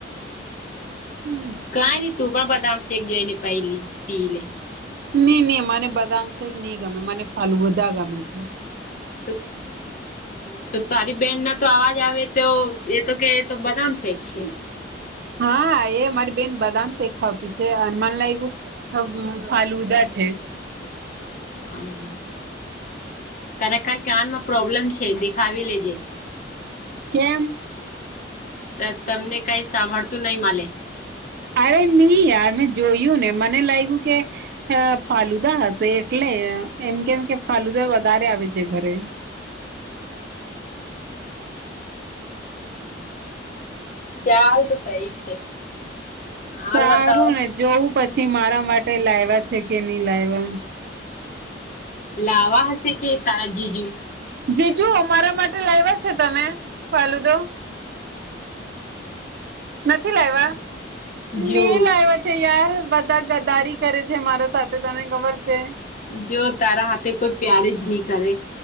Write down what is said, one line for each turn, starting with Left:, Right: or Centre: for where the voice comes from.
Right: હમ્મ.
Left: કાઈ નહી તું પણ બદામ શેક લઈ ને પેલી પીલે.
Right: ની ની મને બદામ શેક નહી ગમે મને ફાલુદા ગમે છે.
Left: <inaudible> તો તારી બેન ના તો અવાજ આવે તો એ તો કે એ તો બદામ શેક છે.
Right: હા એ મારી બેન બદામ શેક છે અન મને લાગ્યું અ ફાલુદા છે.
Left: <inaudible> તને કઈ કાનમાં પ્રોબ્લેમ છે દેખાવી લેજે.
Right: કેમ?
Left: ત તમને કઈ સાંભળતું નહી માલે.
Right: અરે નહી યાર મેં જોયું ને મને લાય ગુ કે. અ ફાલુદા હશે એટલે એમ કેમ કે ફાલુદા વધારે આવે છે ઘરે.
Left: ચાલ તો સહી છે.
Right: સારું
Left: આર બતાવો
Right: ને જોવું પછી મારા માટે લાયવા છે કે નઈ લાયવા.
Left: લાવા હશે કે તારા જીજુ.
Right: જીજુ અમારા માટે લાવ્યા છે તમે ફાલુદો? નથી લાયવા?
Left: જો
Right: ની લાયવા છે યાર બધા ગદારી કરે છે મારા સાથે તને ખબર છે.
Left: જો તારા હાથે કોઈ પ્યાર જ ની કરે.